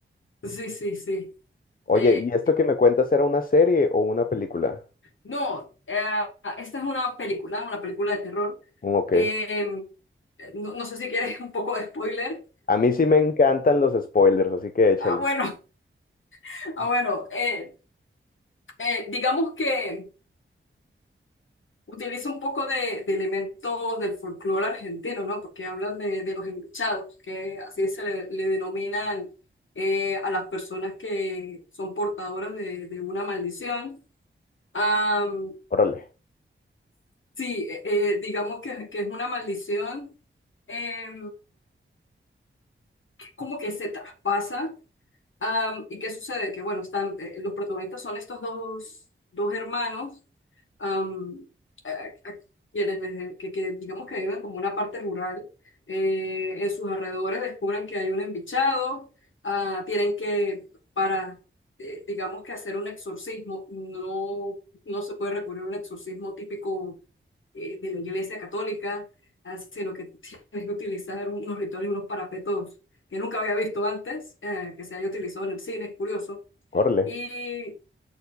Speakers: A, on the left; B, on the left.
A: <laughs> sí, sí, sí.
B: Oye,
A: Eh,
B: ¿y esto que me cuentas era una serie o una película?
A: No, eh, esta es una película, una película de terror.
B: Ok.
A: Eh, no, no sé si quieres un poco de spoiler.
B: A mí sí me encantan los spoilers, así que échale.
A: Ah, bueno, <laughs> ah, bueno. eh, eh, digamos que utiliza un poco de, de elementos del folclore argentino, ¿no? Porque hablan de, de los enluchados, que así se le, le denominan eh, a las personas que son portadoras de, de una maldición. Am,
B: Órale,
A: sí, eh, eh, digamos que, que es una maldición. Eh, como que se traspasa. Am, ¿y qué sucede? Que bueno, están, eh, los protagonistas son estos dos, dos hermanos, am, a- a- a quienes les- que, que digamos que viven como una parte rural. Eh, en sus alrededores descubren que hay un embichado, ah, tienen que, para, eh, digamos que hacer un exorcismo, no, no se puede recurrir a un exorcismo típico eh, de la Iglesia Católica, ah, sino que <laughs> tienes que utilizar unos rituales, unos parapetos que nunca había visto antes, eh, que se haya utilizado en el cine, es curioso.
B: órale,
A: Y